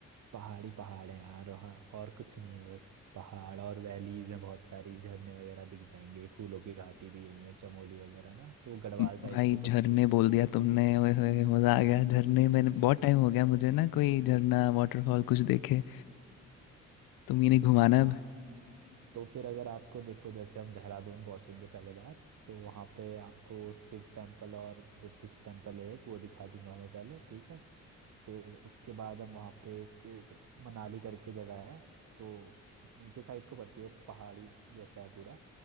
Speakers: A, on the right; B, on the left.
A: पहाड़ी पहाड़ है यार वहाँ और कुछ नहीं है बस पहाड़ और वैलीज हैं बहुत सारी झरने वगैरह दिख जाएंगे फूलों की घाटी भी यही है चमोली वगैरह ना तो वो गढ़वाल
B: म,
A: साइड
B: भाई
A: पे
B: झरने
A: पड़ती है
B: बोल दिया तुमने ओए होए मज़ा आ गया झरने मैंने बहुत टाइम हो गया मुझे ना कोई झरना वाटरफॉल कुछ देखे तुम ही नहीं घुमाना
A: हाँ, तो फिर अगर आपको देखो जैसे हम देहरादून पहुंचेंगे पहले बार तो वहाँ पे आपको शिव टेम्पल और बुद्धिस्ट टेम्पल है एक वो दिखा दूंगा मैं पहले ठीक है फिर उसके बाद हम वहाँ पे एक मनाली करके जगह है तो नीचे साइड को पड़ती है वो पहाड़ी जैसा है पूरा